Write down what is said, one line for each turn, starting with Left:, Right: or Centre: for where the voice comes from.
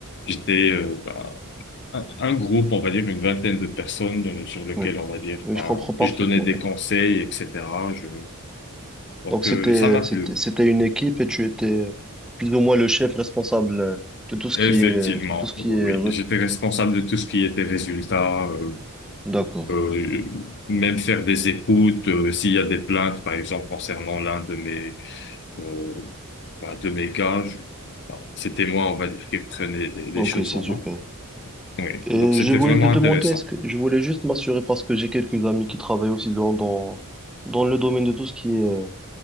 Left: J'étais, euh, bah, un un groupe, on va dire une vingtaine de personnes euh, sur lequel
Centre: oui,
Left: on va dire,
Centre: oui,
Left: bah,
Centre: je comprends parfaitement.
Left: je donnais des
Centre: oui.
Left: conseils, etc. Je... Donc
Centre: Donc c'était
Left: euh, ça m'a
Centre: c'était
Left: plu.
Centre: c'était une équipe et tu étais plus ou moins le chef responsable euh, de tout ce
Left: Effectivement,
Centre: qui est tout ce qui
Left: oui.
Centre: est
Left: J'étais responsable de tout ce qui était résultat, euh,
Centre: D'accord.
Left: euh, même faire des écoutes, euh, s'il y a des plaintes, par exemple, concernant l'un de mes, euh, bah, de mes gars, je- bah, c'était moi, on va dire, qui prenais les,
Centre: Ok,
Left: les choses
Centre: c'est
Left: en
Centre: super.
Left: main. Oui.
Centre: Et
Left: Donc c'était
Centre: je voulais
Left: vraiment
Centre: te demander,
Left: intéressant.
Centre: est-ce que je voulais juste m'assurer parce que j'ai quelques amis qui travaillent aussi dans, dans, dans le domaine de tout ce qui est, euh,